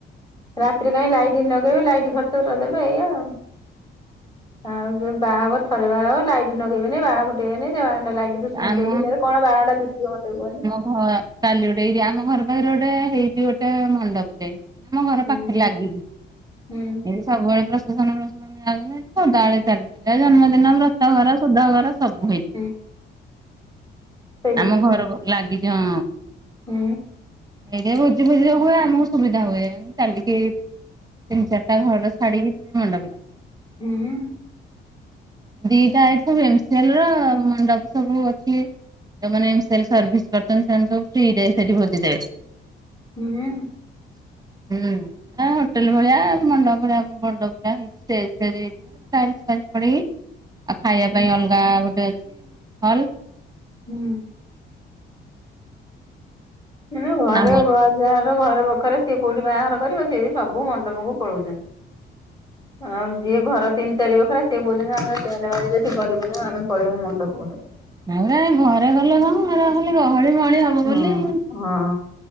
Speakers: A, on the left; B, on the right.
A: ରାତିରେ କାଇଁ ଲାଇଟ୍ ଲଗେଇବେ ଲାଇଟ୍ ଖର୍ଚ୍ଚ ଗୁରା ଦେବେ ଏଇଆ ଆଉ। ଆଉ ଯୋଉ ବାହା ହବ ଥରେ ବାହା ହବ ଲାଇଟ୍ ନଗେଇବେନି ବାଣ ଫୁଟେଇବେନି ସେ ବାଣ ଟା ଲାଇ ସେଠୁ ଦିଶୁନଥିବ
B: ଆମ
A: ଦିନରେ କଣ ବାଣ ଟା ଦିଶିବ ମତେ କୁହନି।
B: ହଁ, କାଲି ଗୋଟେ ହେଇଛି ଆମ ଘର ପାଖରେ ଗୋଟେ ହେଇଛି ଗୋଟେ ମଣ୍ଡପରେ। ଆମ ଘର
A: ହୁଁ
B: ପାଖରେ ଲାଗିକି,
A: ହୁଁ
B: ଏବେ ସବୁବେଳେ ପ୍ରସେସନ ଫସେସନ ଲାଗୁ ସଦାବେଳେ ଚାଲିଚି ଜନ୍ମଦିନ ବ୍ରତଘର ସୁଧଘର ସବୁ ହେଇଛି।
A: ହୁଁ। ସେଇଠି
B: ଆମ ଘରକୁ ଲାଗିଛି ହଁ।
A: ହୁଁ।
B: ଏଇ ଯୋଉ ଭୋଜି ଫୋଜି ସବୁବେଳେ ହୁଏ ଆମକୁ ସୁବିଧା ହୁଏ ଚାଲିକି ତିନି, ଚାରିଟା ଘରା ଛାଡିକି ମଣ୍ଡପ।
A: ହଁ।
B: ଦିଟା ଆଇଫୋ ଏମ ସିଏ ଲ ର ମଣ୍ଡପ। ସବୁ ଅଛି, ଯୋଉମାନେ ସେଲ୍ ସର୍ଭିସ୍ କରିଛନ୍ତି ସେମାନେ ସବୁ ଫ୍ରି ରେ ସେଠି ଭୋଜି ଦେବେ।
A: ହୁଁ।
B: ହୁଁ, ଏ ହୋଟେଲ ଭଳିଆ ମଣ୍ଡପ ଭଳିଆ ବଡ଼ ପୁରା ହେଇଛି ଷ୍ଟେଜ୍ ଫେଜ୍ ହେଇଥିବ। ଟାଇଲ୍ ଫାଇଲ୍ ପଡିଇକି ଆଉ ଖାଇବା
A: ହୁଁ
B: ପାଇଁ ଅଲଗା ଗୋଟେ ଅଛି ହଲ୍।
A: ହୁଁ। ମାନେ
B: ଆମ
A: ଘରେ ଯାହାର ଘର ବଖରାଏ ସିଏ କୋଉଠି ବାହାଘର କରିବ ସିଏ ସବୁ ମଣ୍ଡପକୁ ପଳଉଛନ୍ତି। ହଁ ଯିଏ ଘର ତିନି ଚାରି ବଖରା ସିଏ କହୁଛନ୍ତି ଆମେ ପେଣ୍ଟ ମାରି କରିବୁନି ଆମେ ପଳେଇବୁ ମଣ୍ଡପକୁ ନେଇ।
B: ତା ପରେ ଏ ଘରେ କଲେ କଣ ଘରେ ଖାଲି ଗହଳି ମହଳି ହବ
A: ହଁ
B: ବୋଲି।
A: ହଁ